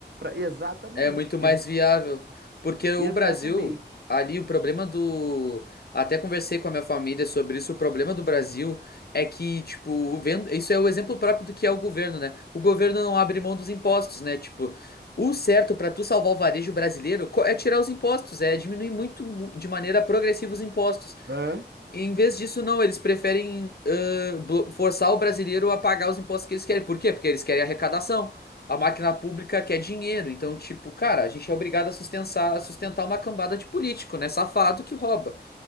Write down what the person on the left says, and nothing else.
É muito mais
viável, porque o
Brasil, ali o problema do, até conversei com a minha família sobre isso, o problema do Brasil é que, tipo, o ven- isso é o exemplo próprio do que é o governo, né? O governo não abre mão dos impostos, né? Tipo, o certo pra tu salvar o varejo brasileiro co- é tirar os impostos, é diminuir muito mu- de maneira progressiva os impostos.
Em vez disso, não, eles preferem ãh, blo- forçar o brasileiro a pagar os impostos que eles querem. Por quê? Porque eles querem arrecadação. A máquina pública quer dinheiro. Então, tipo, cara, a gente é obrigado a sustentar, a sustentar uma cambada de político, né? Safado que rouba.